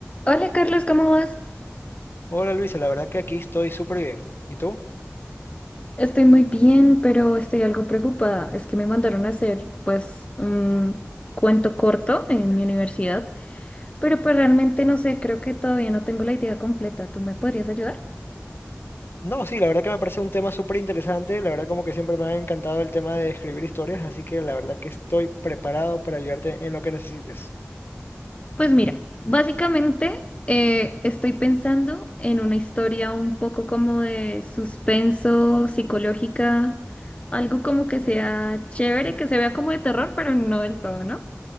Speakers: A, on the left (about 30°); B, on the left (about 55°).
A: Hola Carlos, ¿cómo vas?
B: Hola Luisa, la verdad que aquí estoy súper bien. ¿Y tú?
A: Estoy muy bien, pero estoy algo preocupada. Es que me mandaron a hacer pues un cuento corto en mi universidad, pero pues realmente no sé, creo que todavía no tengo la idea completa. ¿Tú me podrías ayudar?
B: No, sí, la verdad que me parece un tema súper interesante. La verdad como que siempre me ha encantado el tema de escribir historias, así que la verdad que estoy preparado para ayudarte en lo que necesites.
A: Pues mira, básicamente eh, estoy pensando en una historia un poco como de suspenso, psicológica, algo como que sea chévere, que se vea como de terror, pero no del todo, ¿no?